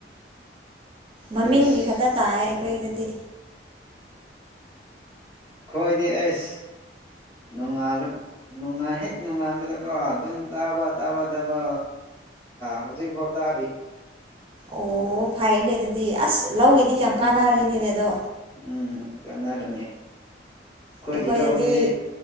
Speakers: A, on the right; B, on the left.
A: ꯃꯃꯤꯡꯒꯤ
B: ꯑꯩꯁ
A: ꯈꯛꯇ ꯇꯥꯏ ꯑꯩꯈꯣꯏꯗꯗꯤ
B: ꯈꯣꯏꯗꯤ ꯑꯩꯁ ꯅꯣꯡꯉꯥ ꯅꯣꯡꯉꯥ ꯍꯦꯛ ꯅꯨꯡꯉꯥꯏꯕꯗꯀꯣ ꯑꯗꯨꯝ ꯇꯥꯕ ꯇꯥꯕ ꯇꯥꯕ ꯍꯧꯖꯤꯛꯐꯥꯎ ꯇꯥꯔꯤ
A: ꯑꯣ ꯐꯩꯅꯦ ꯑꯗꯨꯗꯤ ꯑꯁ ꯂꯧꯒꯤꯗꯤ
B: ꯎꯝ
A: ꯌꯥꯝ ꯀꯥꯟꯅꯔꯤꯅꯤꯅꯦ ꯑꯗꯣ
B: ꯎꯝ ꯀꯥꯟꯅꯕꯅꯤ ꯑꯩꯈꯣꯏꯒꯤ
A: ꯑꯩꯈꯣꯏꯗꯗꯤ
B: ꯂꯧ ꯑꯗꯨꯗꯤ